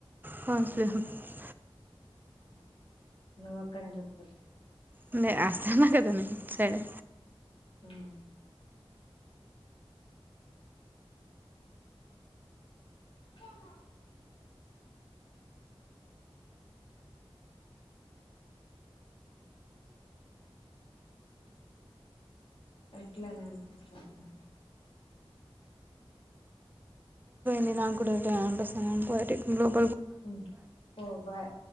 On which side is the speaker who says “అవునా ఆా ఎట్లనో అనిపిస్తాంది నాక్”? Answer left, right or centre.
Left